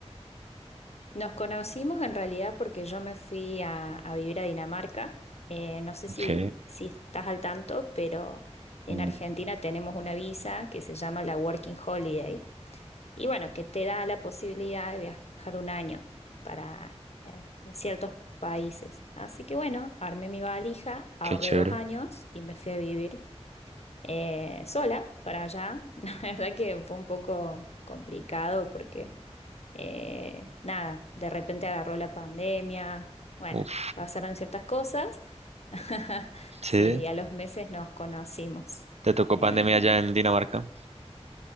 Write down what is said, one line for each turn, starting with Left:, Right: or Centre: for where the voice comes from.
Left: Nos conocimos en realidad porque yo me fui a, a vivir a Dinamarca. Eh, no sé si,
Right: Ok,
Left: si estás al tanto, pero en
Right: mm,
Left: Argentina tenemos una visa que se llama la Working Holiday y bueno, que te da la posibilidad de viajar un año para eh, ciertos países. Así que bueno, armé mi valija, ahorré
Right: qué chévere.
Left: dos años y me fui a vivir eh, sola para allá. <laughs> La verdad que fue un poco complicado porque... Eh, nada, de repente agarró la pandemia, bueno,
Right: Uf,
Left: pasaron ciertas cosas. <laughs>
Right: sí.
Left: Sí, a los meses nos conocimos.
Right: ¿Te tocó
Left: Eh,
Right: pandemia allá en Dinamarca?